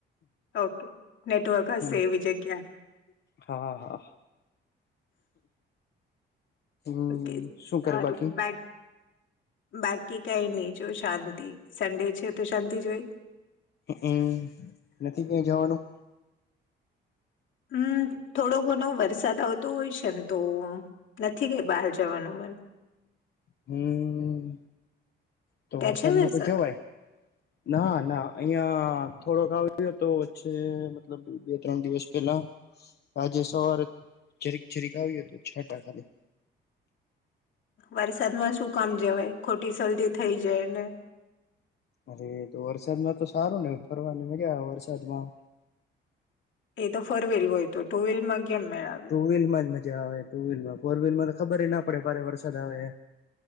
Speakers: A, on the left (about 75°); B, on the left (about 55°).
A: ઓકે નેટવર્ક હસે
B: હમ
A: એવ જગ્યા.
B: હા હા! હમ
A: ઓકે સારું
B: શું કરે બાકી?
A: બા બાકી કઈ નહી જો શાંતિ સંડે છે તો શાંતિ જોઈ.
B: હમ નથી કં જવાનું?
A: હમ થોડો ઘણો વરસાદ આવતો હોય છે ને તો. નથી કઈ બહાર જવાનું મન.
B: હમ, તો
A: ત્યાં
B: વરસાદમાં
A: છે વરસાદ
B: તો જવાય. ના ના અહિયાં થોડોક આવ્યો હતો વચ્ચે મતલબ બે ત્રણ દિવસ પેલા. આજે સવારે જરીક જરીક આવ્યો હત છ ટાકાની.
A: વરસાદમાં શું કામ જવાય ખોટી શરદી થઇ જાયને.
B: અરે તો વરસાદમાં તો સારું ને ફરવાની મજા આવે વરસાદમાં.
A: એ તો ફોર વ્હીલ હોય તો ટુ વ્હીલમાં કેમ મેળ આવે.
B: ટુ વ્હીલ માં જ મજા આવે ટુ વ્હીલ માં. ફોર વ્હીલમાં તો ખબર ના પડે ભારે વરસાદ આવે.